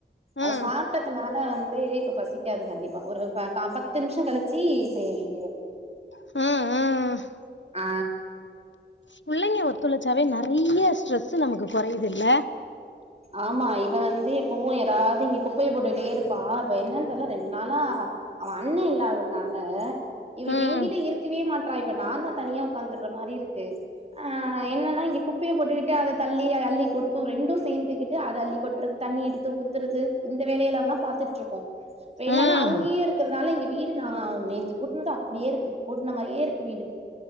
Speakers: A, on the right; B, on the left.
A: அவ
B: ம்,
A: சாப்ட்டதுனால வந்து இப்ப பசி க்காது கண்டிப்பா ஒரு கா பத்து நிமிஷோ கழிச்சி செய்ய வேண்டிய வரு
B: <inaudible>
A: ஆ
B: புள்ளைங்க ஒத்துழச்சாவே நெறைய ஸ்ட்ரெஸ் நமக்கு கொறையுது இல்ல
A: ஆமா இவ வந்து எப்பவு எதாவ்து இங்க குப்பைய போட்டுட்டே இருப்பா இப்ப என்னன் தெரில ரெண்டு நாளா அவ அண்ண இல்லாததுனால இவ
B: ம்,
A: எங்கிட்ட இருக்கவே மாட்றா இப்ப நா தா தனியா உட்காந்துருகற மாரி இருக் கு ஆ என்னன்னா இங்க குப்பைய போட்டுக்கிட்டு அத தள்ளி அள்ளி கொட்டும் ரெண்டும் சேந்துக்கிட்டு அத அள்ளி கொட்டுறது தண்ணி எடுத்து ஊத்துறது இந்த வேலையெல்லாம் தா பாத்துட் இருக்கும் பேனான்னா
B: ம்.
A: அங்கயே இருக் குறனால எங்க வீடு நா நேத்து கூட்டுனது அப்டியே இருக்கு கூட்ன மாரியே இருக்கு வீடு